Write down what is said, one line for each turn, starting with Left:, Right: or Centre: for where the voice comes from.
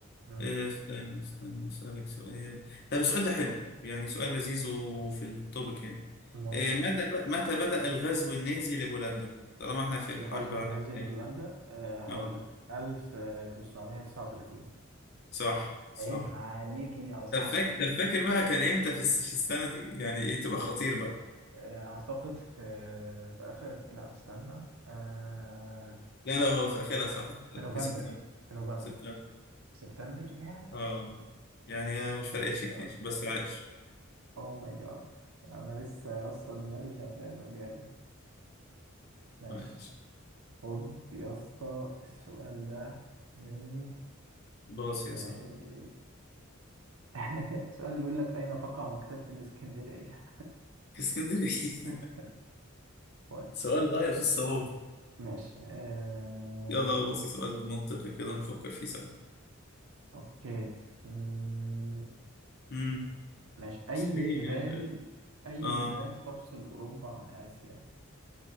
Right: مم.
Left: إيه، استنى استنى اسالك سؤال طب السؤال ده حلو يعني سؤال لذيذ وفي التوبيك يعني
Right: ماشي
Left: إيه، متى ب... متى بدأ الغزو النازي لبولندا طالما احنا في الحرب
Right: الغزو
Left: على
Right: النازي
Left: الكلام
Right: لبولندا أه هقول
Left: اه
Right: لك 1939
Left: صح صح
Right: عيب عليكي يا صاحبي
Left: طب فاكر طب فاكر بقى كان امتى في الس- في السنه دي يعني ايه تبقى خطير بقى
Right: آه، اعتقد في في اخر لا استنى أه
Left: لا لا هو في اخرها
Right: في
Left: صح
Right: في نوفمبر
Left: في سبتمبر
Right: في نوفمبر
Left: سبتمبر
Right: سبتمبر يا
Left: اه يعني آه، مش
Right: او
Left: فرقتش
Right: ماي جاد
Left: كتير بس عايش
Right: او ماي جاد انا لسه يا اسطى دماغي شغاله جامد ماشي
Left: عايش
Right: خد يا اسطى السؤال ده مني
Left: باص
Right: آه،
Left: يا صاحبي
Right: <laughs> سؤال بيقول لك أين تقع مكتبة الإسكندرية؟
Left: في اسكندريه
Right: <laughs>
Left: <laughs>
Right: طيب،
Left: سؤال غاية في الصعوبة
Right: ماشي آه،
Left: يلا بصي سؤال منطقي كده نفكر فيه سوا
Right: أوكي مم،
Left: امم
Right: ماشي أي
Left: ايه
Right: جبال أي
Left: اه,
Right: جبال تفصل أوروبا عن آسيا؟